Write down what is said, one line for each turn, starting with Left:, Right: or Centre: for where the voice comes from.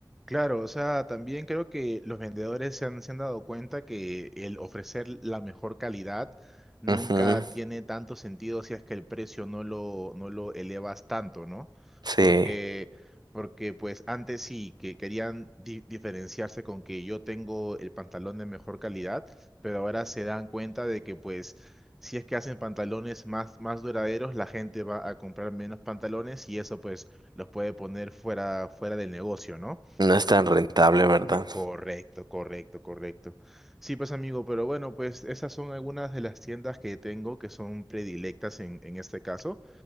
Centre: Claro, o sea, también creo que los vendedores se han, se han dado cuenta que el ofrecer la mejor calidad nunca
Right: Ujú,
Centre: tiene tanto sentido si es que el precio no lo, no lo elevas tanto, ¿no?
Right: Sí,
Centre: Porque, porque pues antes sí, que querían di- diferenciarse con que yo tengo el pantalón de mejor calidad, pero ahora se dan cuenta de que pues si es que hacen pantalones más, más duraderos, la gente va a comprar menos pantalones y eso pues los puede poner fuera, fuera del negocio, ¿no?
Right: no es tan rentable, ¿verdad?
Centre: Eh, Correcto, correcto, correcto. Sí, pues amigo, pero bueno, pues esas son algunas de las tiendas que tengo que son predilectas en, en este caso.